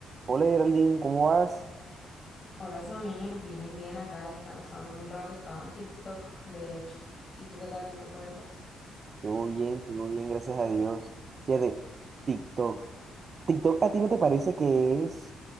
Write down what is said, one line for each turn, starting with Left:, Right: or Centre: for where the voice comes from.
Right: Hola Geraldine, ¿cómo vas?
Left: Hola Samir, bien, bien acá descansando un rato, estaba en TikTok, de hecho. ¿Y tú qué tal qué me cuentas?
Right: Todo bien, todo bien, gracias a Dios. Fíjate, TikTok. TikTok, ¿a ti no te parece que es